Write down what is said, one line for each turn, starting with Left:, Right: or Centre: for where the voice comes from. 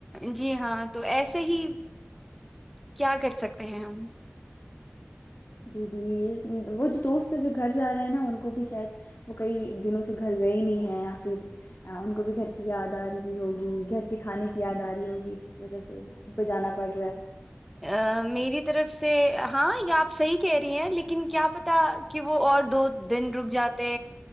Centre: جی ہاں تو ایسے ہی کیا کر سکتے ہیں ہم
Left: جی جی وہ جو دوست ہے جو گھر جا رہے ہیں نا ان کو بھی شاید وہ کئی دنوں سے گھر گئے نہیں ہیں یا پھر ان کو بھی گھر کی یاد آ رہ ہی ہوگی گھر کے کھانے کی یاد آ رہ ہوگی جس وجہ سے ان کو جانا پڑ رہا ہے
Centre: ا میری طرف سے ہاں یا آپ صحیح کہہ رہی ہیں لیکن کیا پتا کہ وہ اور دو دن رک جاتے